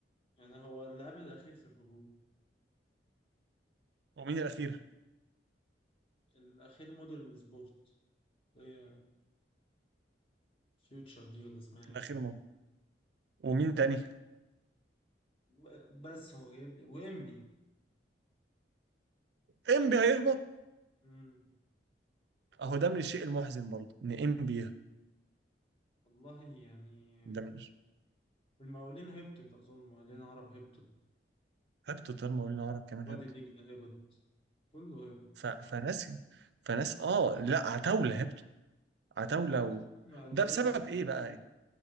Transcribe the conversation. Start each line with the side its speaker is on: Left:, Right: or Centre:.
Left: يعني هو اللي قبل الاخير في الهبوط
Right: ومين الاخير؟
Left: الاخير مودرن سبورت هي فيوتشر دي ولا اسمها
Right: الاخير
Left: ايه
Right: مهم. ومين تاني؟
Left: ب- بس هو جايب لي ويمبي
Right: انبي هيهبط
Left: امم
Right: اهو ده من الشيء المحزن برضه ان انبي يهبط.
Left: والله يعني
Right: ده من
Left: المقاولين هبطت أظن مقاولين عرب هبطت
Right: هبطت المقاولين العرب كمان
Left: وادي
Right: هبط
Left: دجلة هبط كله هبط
Right: ف... فناس فناس اه لا عتاوله هبط عتاوله
Left: معاك
Right: و...
Left: أندية
Right: ده بسبب
Left: جماهيرية
Right: ايه بقى يعني؟